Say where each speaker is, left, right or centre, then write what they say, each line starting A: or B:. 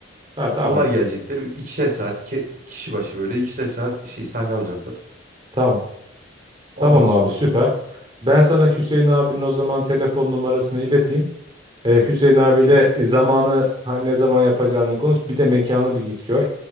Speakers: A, on the right (about 25°); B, on the right (about 45°).
A: Ha, tamam.
B: Onlar gelecekler. ikişer saat ke- kişi başı böyle ikişer saat şey sahne alacaklar.
A: Tamam.
B: Ondan
A: Tamam
B: sonrasını.
A: abi süper. Ben sana Hüseyin abinin o zaman telefon numarasını ileteyim. E, Hüseyin abiyle e, zamanı ha, ne zaman yapacağını konuş. Bir de mekanı bir git gör.